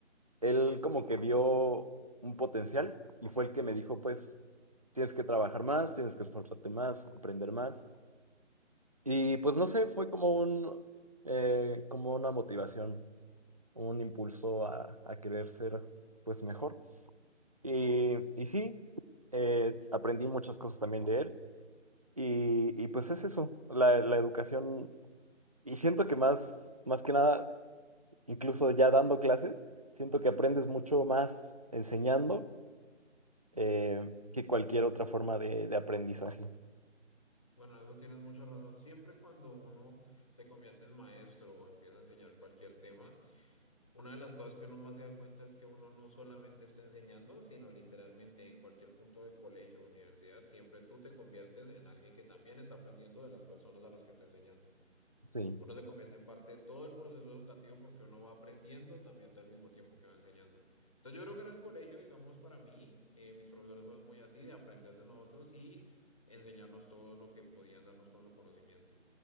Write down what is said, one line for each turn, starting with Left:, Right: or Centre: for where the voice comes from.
Right: él como que vio un potencial y fue el que me dijo, pues, tienes que trabajar más, tienes que esforzarte más, aprender más. Y pues no sé, fue como un, eh, como una motivación, un impulso a, a querer ser, pues, mejor. Y, y sí, eh, aprendí muchas cosas también de él. Y, y pues es eso, la, la educación. Y siento que más, más que nada, incluso ya dando clases, siento que aprendes mucho más enseñando eh, que cualquier otra forma de, de aprendizaje.
Left: Bueno, en eso tienes mucha razón. Siempre cuando uno se convierte en maestro o empieza a enseñar cualquier tema, una de las cosas que uno más se da cuenta es que uno no solamente está enseñando, sino literalmente en cualquier punto de colegio o universidad, siempre tú te conviertes en alguien que también está aprendiendo de las personas a las que está enseñando.
Right: Sí,
Left: Uno se convierte en parte de todo el proceso educativo porque uno va aprendiendo también al mismo tiempo que va enseñando. Entonces yo creo que en el colegio, digamos, para mí, eh, mis profesores fueron muy así, de aprender de nosotros y enseñarnos todo lo que podían darnos con su conocimiento.